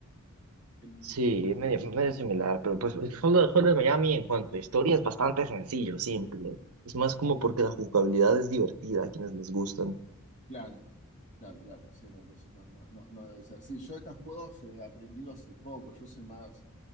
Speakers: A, on the left (about 35°); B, on the right (about 70°).
A: el-
B: Sí,
A: el-
B: medio, medio similar, pero pues el Hotline Hotline Miami en cuanto a historia es bastante sencillo, simple. Es más como porque la jugabilidad es divertida a quienes les gustan.
A: claro. Claro, claro, sí, no, entonces no, no, no, no debe ser. Sí, yo estos juegos eh, he aprendido hace poco, yo soy más,